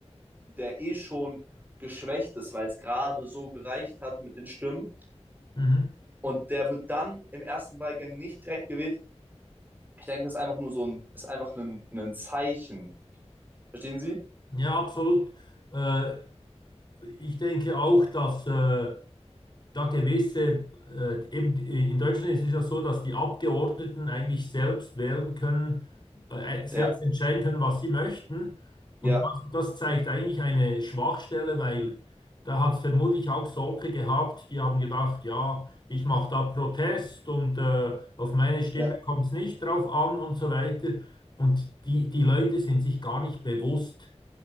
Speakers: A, on the right (about 15°); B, on the left (about 40°).
A: der eh schon geschwächt ist, weil es gerade so gereicht hat mit den Stimmen,
B: Mhm.
A: und der wird dann im ersten Wahlgang nicht direkt gewählt. Ich denke, das ist einfach nur so ein, ist einfach ein, ein Zeichen. Verstehen Sie?
B: Ja, absolut. Äh, ich denke auch, dass äh, da gewisse, äh, eben äh, in Deutschland ist es ja so, dass die Abgeordneten eigentlich selbst wählen können, äh, äh, selbst
A: Ja,
B: entscheiden können, was sie möchten. Und
A: ja,
B: das, das zeigt eigentlich eine Schwachstelle, weil da hat es vermutlich auch solche gehabt, die haben gedacht, ja, ich mache da Protest und äh, auf meine Stimme
A: ja,
B: kommt es nicht drauf an und so weiter. Und die, die Leute sind sich gar nicht bewusst,